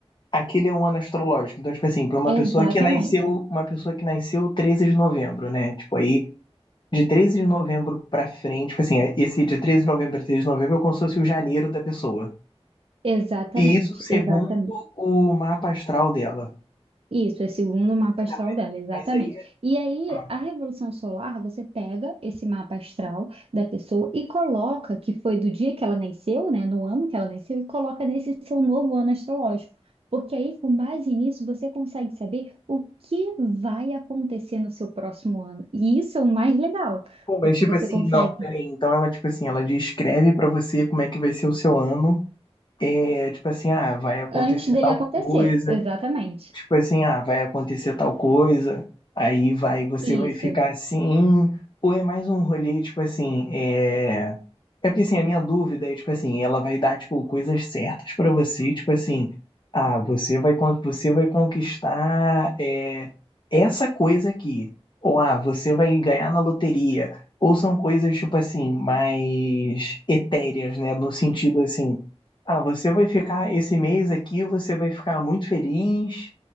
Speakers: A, on the left (about 45°); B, on the right (about 65°).
A: Aquele é um ano astrológico. Então, tipo assim, para uma
B: Exatamente.
A: pessoa que nasceu, uma pessoa que nasceu 13 de novembro, né? Tipo, aí de 13 de novembro pra frente, tipo assim, esse de 13 de novembro a 13 de novembro é como se fosse o janeiro da pessoa.
B: Exatamente,
A: E isso segundo
B: exatamente.
A: o mapa astral dela.
B: Isso, é segundo o mapa astral
A: Tá, mas
B: dela, exatamente.
A: mas aí,
B: E aí,
A: ah,
B: a revolução solar, você pega esse mapa astral da pessoa e coloca que foi do dia que ela nasceu, né, no ano que ela nasceu, e coloca nesse seu novo ano astrológico. Porque aí, com base nisso, você consegue saber o que vai acontecer no seu próximo ano. E isso é o mais legal,
A: pô, mas
B: porque
A: tipo
B: você
A: assim,
B: consegue
A: não, peraí. Então ela, tipo assim, ela descreve pra você como é que vai ser o seu ano. É, tipo assim, ah, vai acontecer
B: antes dele
A: tal
B: acontecer,
A: coisa.
B: exatamente.
A: Tipo assim, ah, vai acontecer tal coisa, aí vai, você
B: Isso.
A: vai ficar assim, ou é mais um rolê, tipo assim, é. É porque, assim, a minha dúvida é, tipo assim, ela vai dar, tipo, coisas certas pra você, tipo assim, ah, você vai, con- você vai conquistar é, essa coisa aqui, ou ah, você vai ganhar na loteria, ou são coisas, tipo assim, mais etéreas, né, no sentido, assim, ah, você vai ficar, esse mês aqui, você vai ficar muito feliz,